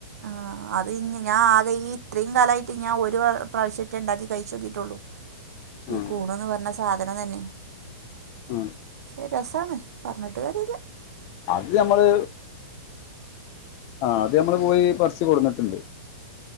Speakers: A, on the right (about 75°); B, on the left (about 30°).
A: ആ അത് ഇഞ്ഞ് ഞാആകെ ഈ ഇത്രേം കാലായിറ്റ് ഞ ഒരു പ്രാവശ്യറ്റെ ഇണ്ടാക്കി കഴിച്ചോക്കിട്ടുള്ളു. ഈ
B: ഉം
A: കൂണ്ന്ന് പറഞ്ഞ സാധനം തന്നെ
B: ആ
A: ശെ രസാണ് പറഞ്ഞിട്ട് കാര്യല്ല.
B: അത് ഞമ്മള് ആ അത് ഞമ്മള് പോയി പറിച്ച് കൊട്ന്നിട്ടുണ്ട്.